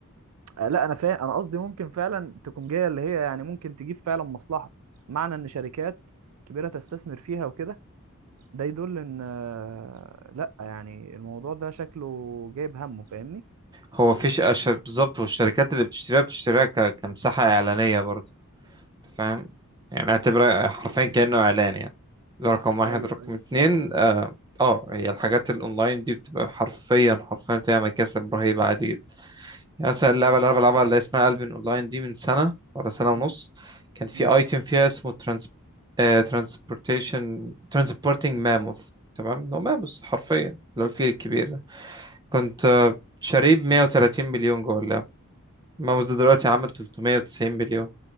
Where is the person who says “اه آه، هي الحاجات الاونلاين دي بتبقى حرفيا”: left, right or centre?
Right